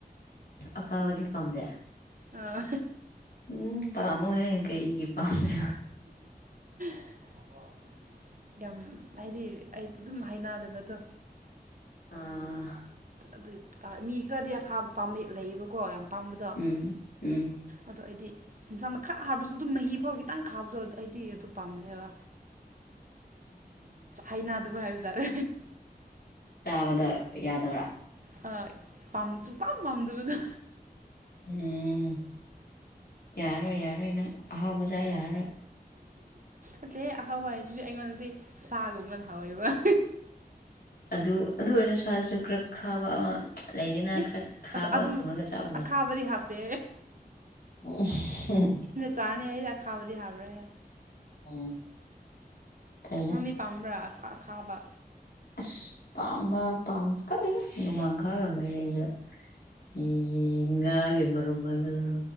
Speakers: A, on the left (about 70°); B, on the right (about 55°).
A: ꯑꯀꯥꯕꯗꯤ ꯄꯥꯝꯗꯦ꯫
B: ꯑꯥ
A: ꯎꯝ ꯄꯥꯝꯣ ꯑꯦ ꯀꯩꯒꯤ ꯄꯝꯗꯔ꯭ꯤꯕ
B: <inaudible> ꯌꯥꯝ ꯍꯥꯏꯗꯤ ꯑꯩ ꯑꯗꯨꯝ ꯍꯥꯏꯅꯗꯕꯗꯣ
A: ꯎꯝ
B: ꯑꯗꯨꯇꯥꯔꯦ ꯃꯤ ꯈꯔꯗꯤ ꯑꯈꯥꯕ ꯄꯥꯝꯝꯕ ꯂꯩꯌꯦꯕꯀꯣ ꯌꯥꯝ ꯑꯄꯥꯥꯝꯕꯗꯣ
A: ꯎꯝ ꯎꯝ
B: ꯑꯗꯣ ꯑꯩꯗꯤ꯫ ꯏꯟꯁꯥꯡ ꯈꯔ ꯍꯥꯔꯕꯁꯨ ꯑꯗꯨꯝ ꯃꯍꯤ ꯐꯥꯎ ꯈꯤꯇꯪ ꯈꯥꯕꯗ ꯑꯗꯨ ꯑꯩꯗꯤ ꯑꯗꯨ ꯄꯥꯝꯅꯦꯕ꯫ ꯥꯍꯩꯏꯅꯥꯗꯕ꫰ꯍꯥꯏꯕ ꯇꯥꯔꯦ꯫
A: ꯆꯥꯕꯗ ꯌꯥꯗꯕ꯭ꯔꯥ
B: ꯍꯣꯌ ꯁꯨꯛꯄꯥꯝ ꯄꯥꯝꯗꯕꯗꯣ
A: ꯎꯝ ꯌꯥꯔꯣꯏ ꯌꯥꯔꯣꯏ ꯅꯪ ꯑꯍꯥꯎꯕꯖꯥ ꯌꯥꯔꯣꯏ꯫
B: ꯑꯇꯩ ꯑꯍꯥꯎꯋꯥꯏ ꯍꯥꯏꯁꯤꯗꯤ ꯑꯩꯉꯣꯟꯗꯗꯤ ꯁꯥꯒꯨꯝꯕꯅ ꯍꯥꯎꯋꯦꯕ꯫
A: ꯑꯗꯨ ꯑꯗꯨ ꯑꯣꯏꯔꯁꯨ ꯁꯥꯖꯁꯨ ꯈꯔꯥ ꯈꯥꯕ ꯑꯃ ꯂꯩꯗꯅ
B: ꯏꯁ
A: ꯈꯔ ꯈꯥꯕꯒ
B: ꯑꯗꯣ ꯑꯗꯨ
A: ꯊꯝꯃꯒ ꯆꯥꯕꯗꯣ
B: ꯑꯈꯥꯕꯗꯤ ꯍꯥꯞꯇꯦ
A: <inaudible>
B: ꯆꯥꯅꯤ ꯑꯩꯗ ꯈꯥꯕꯗꯤ ꯍꯥꯞꯔꯍꯦ꯫
A: ꯎꯝ ꯐꯩꯗ
B: ꯅꯪꯗꯤ ꯄꯥꯝꯕ꯭ꯔꯥ ꯑ ꯈꯥꯕ
A: ꯑꯁ ꯄꯥꯝꯕ ꯄꯥ ꯈꯥꯉꯥꯗꯦꯗꯥ ꯅꯣꯡꯃꯥꯡꯈꯒ ꯃꯌꯦꯡꯒ ꯏ ꯉꯥꯒꯤ ꯍꯔꯨꯝ ꯍꯥꯌꯕꯔ